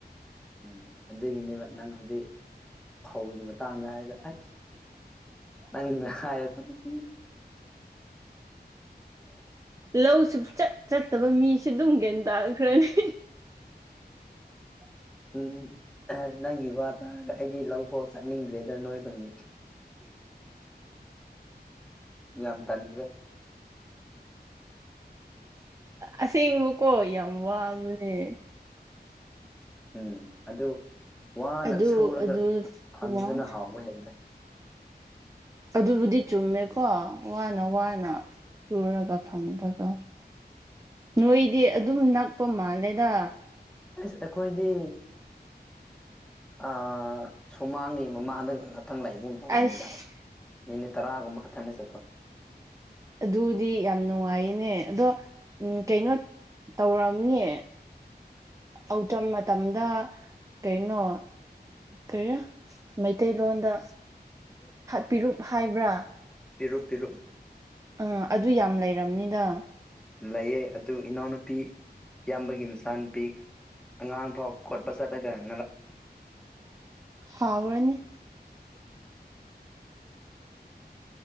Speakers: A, in the centre; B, on the right (about 20°).
A: ꯎꯝ ꯑꯗꯨ ꯏꯅꯦꯕ ꯅꯪ ꯍꯧꯖꯤ ꯐꯧꯒꯤ ꯃꯇꯥꯡꯗ ꯍꯥꯏꯔꯒ ꯑꯩꯁ ꯅꯪꯅ ꯍꯥꯏꯔꯛꯄꯗ ꯎ
B: ꯂꯧ ꯁ ꯆꯠ ꯆꯠꯇꯕ ꯃꯤꯁꯨ ꯑꯗꯨꯝ ꯒꯦꯟ ꯇꯥꯈ꯭ꯔꯅꯤ
A: ꯎꯝ ꯅꯪꯒꯤ ꯋꯥ ꯇꯥꯔꯒ ꯑꯩꯗꯤ ꯂꯧꯐꯥꯎ ꯆꯠꯅꯤꯡꯗ꯭ꯔꯦꯗ ꯅꯣꯏ ꯈꯨꯟꯒꯤ ꯌꯥꯝ ꯇꯥꯟꯈ꯭ꯔꯦ
B: ꯑꯁꯦꯡꯕꯀꯣ ꯌꯥꯝ ꯋꯥꯕꯦ
A: ꯎꯝ ꯑꯗꯨ ꯋꯥꯅ
B: ꯑꯗꯨ
A: ꯁꯨꯔꯒ
B: ꯑꯗꯨ
A: ꯐꯪꯕꯗꯅ
B: ꯋꯥ
A: ꯍꯥꯎꯕ ꯍꯦꯂꯦ
B: ꯑꯗꯨꯕꯨꯗꯤ ꯆꯨꯝꯃꯦꯀꯣ ꯋꯥꯅ ꯋꯥꯅ ꯁꯨꯔꯒ ꯐꯪꯕꯗꯣ ꯅꯣꯏꯗꯤ ꯑꯗꯨꯝ ꯅꯛꯄ ꯃꯥꯜꯂꯦꯗ
A: ꯑꯁ ꯑꯩꯈꯣꯏꯗꯤ ꯑ ꯁꯨꯃꯥꯡꯒꯤ ꯃꯃꯥꯡ ꯃꯊꯪ ꯂꯥꯛꯏꯕ ꯇꯧꯕꯅꯦꯗ
B: ꯑꯁ
A: ꯃꯤꯅꯤꯠ ꯇꯔꯥꯒꯨꯝꯕ ꯈꯊꯅꯦ ꯆꯠꯄ
B: ꯑꯗꯨꯗꯤ ꯌꯥꯝ ꯅꯨꯡꯉꯥꯏꯌꯦꯅꯦ ꯑꯗꯣ ꯎꯝ ꯀꯩꯅꯣ ꯇꯧꯔꯝꯅꯦ ꯑꯇꯝ ꯃꯇꯝꯗ ꯀꯩꯅꯣ ꯀꯩ ꯃꯩꯇꯩꯂꯣꯟꯗ ꯄꯤꯔꯨꯨꯞ ꯍꯥꯏꯕ꯭ꯔꯥ
A: ꯇꯔꯨꯨꯞ ꯇꯔꯨꯨꯞ
B: ꯑ ꯑꯗꯨ ꯌꯥꯝ ꯂꯩꯔꯕꯅꯤꯗ
A: ꯂꯩꯌꯦ ꯑꯗꯨ ꯏꯅꯥꯎꯅꯨꯄꯤ ꯏꯌꯥꯝꯕꯒꯤ ꯃꯆꯥꯅꯨꯄꯤ ꯑꯉꯥꯡ ꯐꯥꯎ ꯈꯣꯠꯄ ꯆꯠꯂꯒꯅꯕ
B: ꯍꯥꯎꯥꯎꯅꯤ